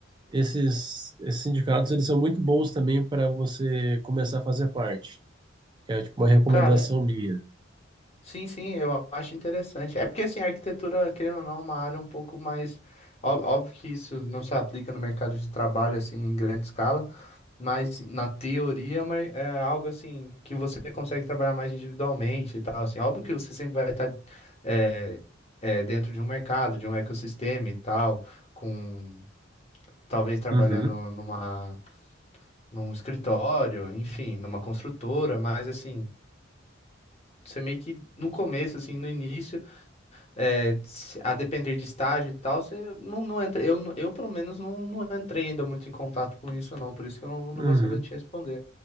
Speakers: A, on the right; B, on the left.
A: esses, esses sindicatos eles são muito bons também para você começar a fazer parte, que é tipo uma recomendação
B: Cara,
A: minha.
B: sim, sim, eu acho interessante. É porque, assim, a arquitetura, querendo ou não, é uma área um pouco mais. ó- Óbvio que isso não se aplica no mercado de trabalho, assim, em grande escala. Mas na teoria, mas é algo assim que você consegue trabalhar mais individualmente e tal, assim. Óbvio que você sempre vai estar é, é, dentro de um mercado, de um ecossistema e tal, com talvez trabalhando
A: Uhum,
B: numa num escritório, enfim, numa construtora, mas assim, você meio que no começo, assim, no início, é, se- a depender de estágio e tal, você não, não entra. Eu, não- eu pelo menos não, não entrei ainda muito em contato com isso, não, por isso que eu não, não
A: uhum.
B: vou saber te responder.